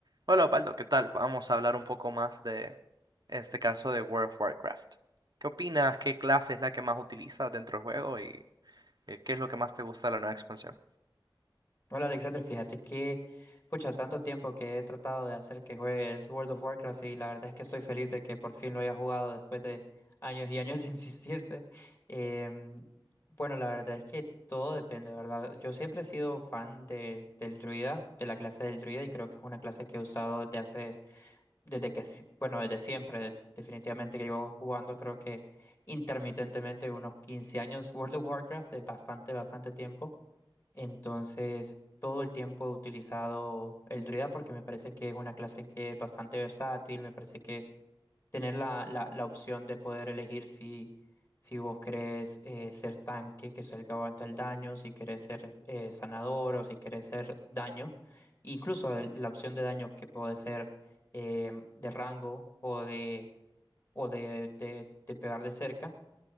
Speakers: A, on the right; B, on the left.
A: Hola Osvaldo, ¿qué tal? Vamos a hablar un poco más de en este caso de World of Warcraft. ¿Qué opinas? ¿Qué clase es la que más utilizas dentro del juego y eh, qué es lo que más te gusta de la nueva expansión?
B: Hola Alexander, fíjate que, pucha, tanto tiempo que he tratado de hacer que juegues World of Warcraft y la verdad es que estoy feliz de que por fin lo haya jugado después de años y años de <laughs> insistirte. Em, bueno, la verdad es que todo depende, ¿verdad? Yo siempre he sido fan de, del druida, de la clase del druida y creo que es una clase que he usado desde hace, desde que, si- bueno, desde siempre, definitivamente que llevo jugando creo que intermitentemente unos 15 años World of Warcraft, es bastante, bastante tiempo. Entonces, todo el tiempo he utilizado el Druida porque me parece que es una clase que es bastante versátil, me parece que tener la, la, la opción de poder elegir si, si vos querés eh, ser tanque, que es el que aguanta el daño, si querés ser eh, sanador o si querés ser daño, incluso el- la opción de daño que puede ser eh, de rango o de, o de, de de pegar de cerca.